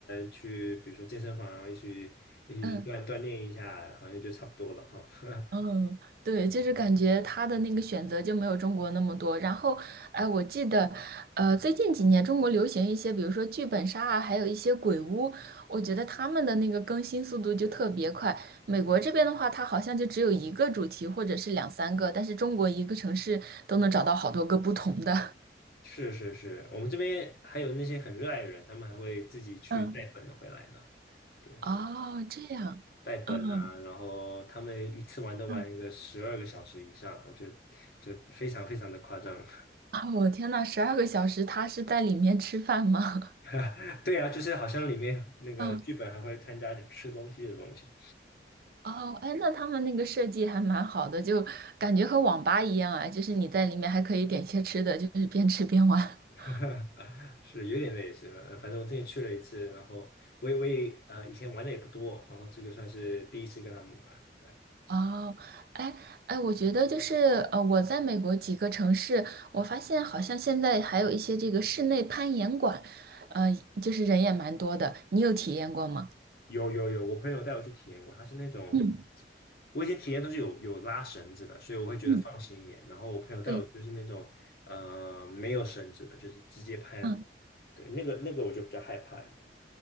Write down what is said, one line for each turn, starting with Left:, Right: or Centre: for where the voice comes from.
Left: 去比如说健身房一起一起去锻锻炼一下，
Right: 嗯。
Left: 好像就差不多了哈。<laughs>
Right: 嗯，对，就是感觉他的那个选择就没有中国那么多。然后，哎，我记得，呃，最近几年中国流行一些，比如说剧本杀啊，还有一些鬼屋，我觉得他们的那个更新速度就特别快。美国这边的话，它好像就只有一个主题或者是两三个，但是中国一个城市都能找到好多个不同的
Left: 是是是，我们这边还有那些很热爱的人，他们还会自己去带本的回来呢。
Right: <laughs>。嗯，
Left: 对，
Right: 哦，这样，
Left: 带本啊，
Right: 嗯
Left: 然后他们一次玩都玩一个十二个小时以上，
Right: 嗯，
Left: 我觉得就非常非常的夸张。
Right: 啊，我天呐，十二个小时，他是在里面吃饭吗？
Left: <laughs> 对啊，就是好像里面那个剧本还会参加点吃东西的东西。
Right: <laughs> 嗯。哦，哎，那他们那个设计还蛮好的，就感觉和网吧一样啊，就是你在里面还可以点些吃的，就是边吃边玩。<laughs>
Left: <laughs> 是有点类似，呃，反正我之前去了一次，然后我也我也啊、呃以前玩的也不多，然后这个算是第一次跟他们玩。呃
Right: 哦，哎哎，我觉得就是呃，我在美国几个城市，我发现好像现在还有一些这个室内攀岩馆，呃，就是人也蛮多的，你有体验过吗？
Left: 有有有，我朋友带我去体验过，他是那种
Right: 嗯
Left: 我以前体验都是有有拉绳子的，所以我会觉得放心一点。
Right: 嗯，
Left: 然后我朋友带我去就是那种呃没有绳子的，
Right: 对，
Left: 就是直接攀，
Right: 嗯。
Left: 对，那个那个我就比较害怕一点。